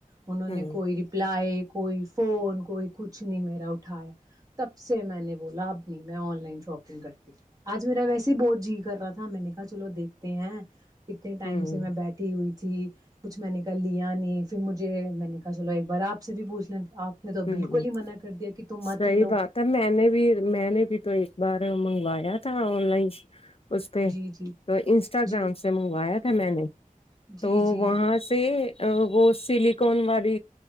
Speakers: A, on the right; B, on the left.
A: انوں
B: ہوں
A: نے کوئی رپلائی کوئی فون کوئی کچھ نہیں میرا اٹھایا تب سے میں نے بولا اب نہیں میں آن لائن شاپگ کرتی آج میرا ویسے ہی بہت جی کر رہا تھا میں نے کہا چلو دیکھتے ہیں اتنے ٹائم
B: ہوں
A: سے میں بیٹھی ہوئی تھی تھی کچھ میں نے کہا لیا نہیں پھر مجھے میں نے کہا سو ایک بار آپ سے بھی پوچھ لیں آپ نے تو
B: ہ
A: بالکل
B: ہ
A: ہی منع کر دیا کہ تم
B: صحی
A: مت ہی لو
B: بات ہے میں نے بھی میں نے بھی تو ایک بار مگ وایا تھا آن لائن اس پہ
A: جی جی
B: تو انسٹاگرام
A: جی
B: سے منگوایا تھا میں نے
A: جی
B: تو
A: جی
B: وہاں سے وہ سلییکن والی